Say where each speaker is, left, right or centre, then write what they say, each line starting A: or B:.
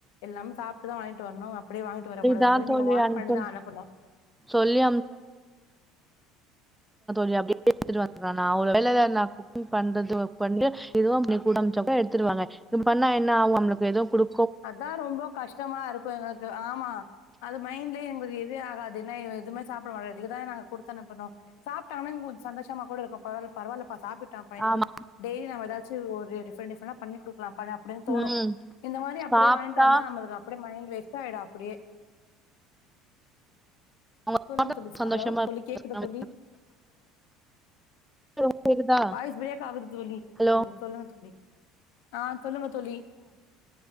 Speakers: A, on the left; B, in the centre.
A: எல்லாமே சாப்பிட்டுதா வாங்கிட்டு வரணும் அப்படியே வாங்கிட்டு வரக்கூடாதுன்னு
B: தான்
A: சொல்லி
B: தோழி
A: நீங்க வன்
B: அனுப்பணும்.
A: பண்ணிதா அனுப்பணு
B: சொல்லி ழி அப்படியே எடுத்துட்டு வந்துக்கா அவள வேலை நான் குக்கிங் பண்றது ஒர்க பண்ணி இதுவும் கூடச்ச எடுத்துடுவாங்க இ பண்ணா என்ன அவளுக எவும்டு
A: அதான் ரொம்ப கஷ்டமா இருக்கு எங்களுக்கு ஆமா அது மைண்ட்லய எங்களுக் ஆகாதுது ஆனா எதுவுமே சாப்பிடமாட்டா இதுக்குதாங்க கொடு அனுமப்பனு சாப்புட்டா பரவால்ல கொஞ்ச சந்தோஷமா கூட பரவல்லா சாப்பிட்டு நா பதினெட்டு
B: ஆமா
A: டெய்லி நம்ம ஏதாச்சு டிஃபரண்ட் டிஃபரண்டா பண்ணி கொடு க் அப்படின்னு தோணும்
B: ம்
A: இந்த மாதிரி அப்படியே
B: சாப்ட்டா
A: வாயின்டு வந்தா நம்மளுக்கு அப்படிய மைண்ட் வெக் ஆகிட அப்பாடியே
B: அவங்க
A: சொல்லு சொல்லி
B: சந்தோஷமா
A: ஹலோ சொல்லி
B: இருப்பாங்க
A: கேக்குத சொல்லி
B: உங்களுக்கு கேக்குதா
A: வாய்ஸ் பிரேக் ஆகுது தோழி
B: ஹலோ
A: ஹம் சொல்லுங்க தோலழி ஆஹசொல்லுங்க தொல்லி